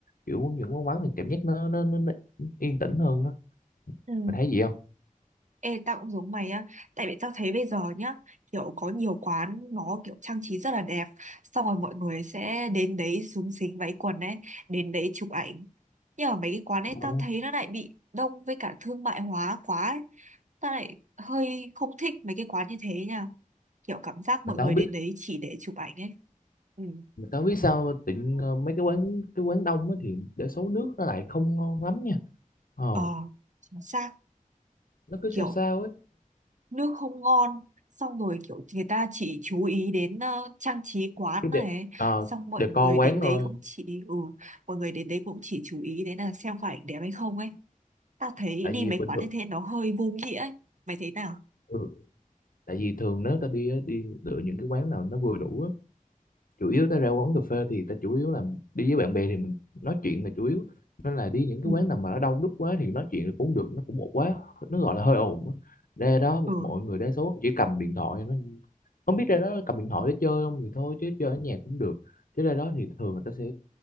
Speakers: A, on the left (about 85°); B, on the right (about 60°).
A: kiểu những quán vắng thì cảm giác nó nó, nó, nó yên tĩnh hơn á
B: Ừ.
A: Mày thấy gì không
B: ê tao cũng giống mày á tại vì tao thấy bây giờ nhá kiểu có nhiều quán nó kiểu trang trí rất là đẹp xong rồi mọi người sẽ đến đấy xúm xính váy quần ấy đến đấy chụp ảnh nhưng mà mấy cái quán ấy tao
A: Ờ.
B: thấy nó lại bị đông với cả thương mại hóa quá ấy. tao lại hơi không thích mấy cái quán như thế nha kiểu cảm giác mọi
A: Mà tao
B: người
A: không biết
B: đến đấy chỉ để chụp ảnh ấy ừ.
A: mà tao không biết sao tự nhiên, ờ, mấy cái quán cái quán đông á thì để số nước nó lại không ngon lắm nha Ờ
B: ờ chính xác
A: Nó cứ
B: kiểu
A: sao sao ấy
B: nước không ngon xong rồi kiểu người ta chỉ chú ý đến ờ, trang trí quán
A: Cái
B: này
A: đẹp Ờ
B: xong mọi
A: decor
B: người
A: quán
B: đến đấy
A: thôi
B: cũng chỉ ừ mọi người đến đấy cũng chỉ chú ý đến là xem phải đẹp hay không ấy ta thấy
A: tại
B: đi
A: vì
B: mấy
A: bình
B: quán
A: thường
B: như thế nó hơi vô nghĩa ấy mày thấy nào
A: ừ, tại vì thường nếu ta đi á, đi lựa những cái quán nào nó vừa đủ á chủ yếu ta ra quán cà phê thì ta chủ yếu là đi với bạn bè thì mình nói chuyện là chủ yếu nên là đi những cái
B: ừ
A: quán nào mà nó đông đúc quá thì nói chuyện cũng được nó cũng một quá nó gọi là hơi ồn á ra đó
B: ừ
A: mọi người đa số chỉ cầm điện thoại nó không biết ra đó cầm điện thoại để chơi không thì thôi chứ chơi ở nhà cũng được chứ ra đó thì thường người ta sẽ